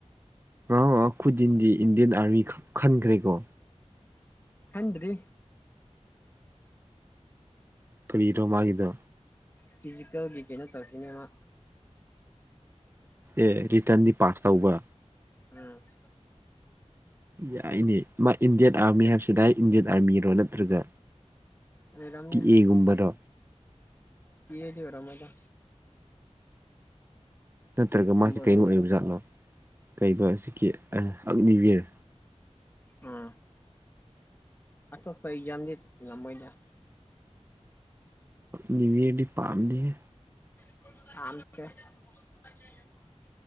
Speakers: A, on the right; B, on the left.
A: ꯑꯥꯎ ꯑꯥꯎ ꯈꯨꯗꯤꯟꯗꯤ ꯏꯟꯗꯤꯌꯥꯟ ꯑꯥꯔꯃꯤ ꯈꯟ ꯈꯟꯈ꯭ꯔꯦꯀꯣ
B: ꯈꯟꯗ꯭ꯔꯤ
A: ꯀ꯭ꯔꯤ ꯅꯣ ꯃꯥꯒꯤꯗꯣ
B: ꯐꯤꯖꯤꯀꯦꯜꯒꯤ ꯀꯩꯅꯣ ꯇꯧꯈꯤꯅꯤ ꯃꯥ
A: ꯑꯦ ꯀ꯭ꯔꯤꯇꯟꯗꯤ ꯄꯥꯁ ꯇꯧꯕ
B: ꯎꯝ
A: ꯌꯥꯏꯅꯦ ꯃꯥ ꯏꯟꯗꯤꯌꯥꯟ ꯑꯥꯔꯃꯤ ꯍꯥꯏꯕꯁꯦ ꯗꯥꯏꯔꯦꯛ ꯏꯟꯗꯤꯌꯥꯟ ꯑꯥꯔꯃꯤꯔꯣ ꯅꯠꯇ꯭ꯔꯒ
B: ꯑꯣꯏꯔꯝꯅꯤ
A: ꯇꯤ ꯑꯦ ꯒꯨꯝꯕꯔꯣ
B: ꯇꯤ ꯑꯦ ꯗꯤ ꯑꯣꯏꯔꯝꯃꯣꯏꯗꯥ
A: ꯅꯠꯇ꯭ꯔꯒ ꯃꯥꯒꯤ
B: ꯑꯣꯏꯔꯝꯅꯤ
A: ꯀꯩꯅꯣ ꯑꯣꯏꯕ ꯖꯥꯠꯂꯣ ꯀꯩꯕ ꯍꯧꯖꯤꯛꯀꯤ ꯑꯛꯅꯤꯕꯤꯔ
B: ꯎꯝ ꯑꯇꯣꯞꯄ ꯑꯦꯛꯖꯥꯝꯗꯤ ꯉꯝꯃꯣꯏꯗ
A: ꯅ꯭ꯌꯨꯌꯔꯗꯤ ꯄꯥꯝꯗꯦꯍꯦ
B: ꯂꯧꯁꯤꯟꯕ ꯉꯝꯗꯕ